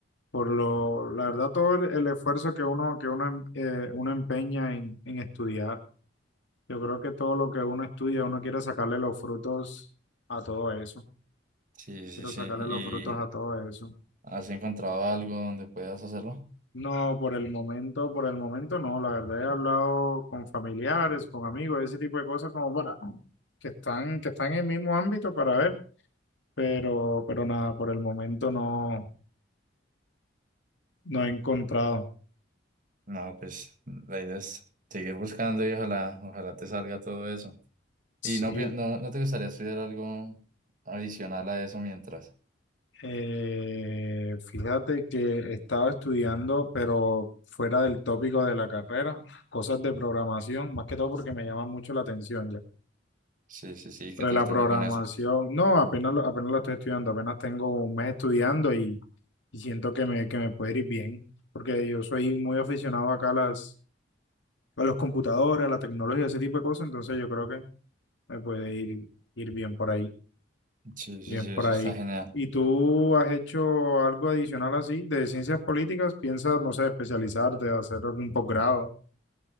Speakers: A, on the left; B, on the right.
A: Por lo, la verdad, todo el, el esfuerzo que uno, que uno, em- eh, uno empeña en, en estudiar. Yo creo que todo lo que uno estudia, uno quiere sacarle los frutos a todo eso.
B: Sí, sí,
A: Quiero
B: sí.
A: sacarle los
B: ¿Y
A: frutos a todo eso.
B: has encontrado algo donde puedas hacerlo?
A: No, por el momento, por el momento no. La verdad he hablado con familiares, con amigos, ese tipo de cosas como para que están, que están en el mismo ámbito para ver, pero, pero nada, por el momento no, no he encontrado.
B: No, pues la idea es seguir buscando y ojalá, ojalá te salga todo eso.
A: Sí,
B: ¿Y no, pi- no, no te gustaría estudiar algo adicional a eso mientras?
A: eh, fíjate que estaba estudiando, pero fuera del tópico de la carrera, cosas de programación, más que todo porque me llama mucho la atención ya.
B: Sí, sí, sí,
A: Pero
B: ¿qué tal
A: de la
B: te
A: programación,
B: fue con eso?
A: no, apenas, lo- apenas la estoy estudiando, apenas tengo un mes estudiando y y siento que me, que me puede ir bien, porque yo soy muy aficionado acá a las, a los computadores, a la tecnología, ese tipo de cosas, entonces yo creo que me puede ir, ir bien por ahí,
B: Sí, sí,
A: bien
B: sí,
A: por
B: eso
A: ahí.
B: está genial.
A: ¿Y tú has hecho algo adicional así de ciencias políticas? ¿Piensas, no sé, especializarte, hacer algún posgrado?